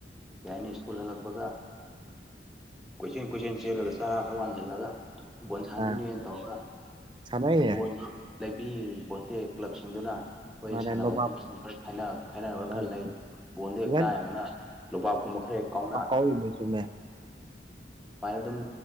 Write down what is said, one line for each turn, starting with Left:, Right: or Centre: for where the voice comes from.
Centre: ꯀꯩ ꯍꯥꯏꯅꯤ ꯁ꯭ꯀꯨꯜ ꯍꯜꯂꯛꯄꯒ ꯀꯣꯏꯁꯦꯟ ꯀꯣꯏꯆꯦꯟ ꯆꯦꯜꯂꯒ ꯆꯔꯥ ꯈꯔ ꯋꯥꯟꯁꯤꯜꯂꯒ ꯕꯣꯜ ꯁꯥꯟꯍꯗꯣꯏꯅꯦꯅ
Right: ꯑꯥ
Centre: ꯇꯧꯔꯒ
Right: ꯁꯥꯟꯅꯩꯅꯦ
Centre: ꯕ ꯂꯩꯕꯤ ꯄꯣꯠꯇꯦ ꯀ꯭ꯂꯕꯁꯤꯡꯗꯨꯅ ꯑꯩꯈꯣꯏ
Right: ꯃꯥꯅꯦ
Centre: ꯁꯥꯟꯅꯕ
Right: ꯅꯣꯕꯥꯞ
Centre: ꯑꯩꯈꯣꯏ ꯃꯁꯦꯟ ꯈꯔ ꯈꯥꯏꯅ ꯈ
Right: ꯃꯥꯅꯦ
Centre: ꯈꯔ ꯂꯩ ꯕꯣꯟꯗ ꯍꯦꯛ
Right: ꯏꯚꯟ
Centre: ꯀꯥꯏꯔꯒꯅ ꯂꯣꯕꯥꯞ ꯀꯨꯝꯕ ꯈꯔ ꯍꯦꯛ ꯀꯥꯎꯅ
Right: <unintelligible> ꯆꯨꯝꯃꯦ
Centre: ꯁꯨꯃꯥꯏꯅ ꯑꯗꯨꯝ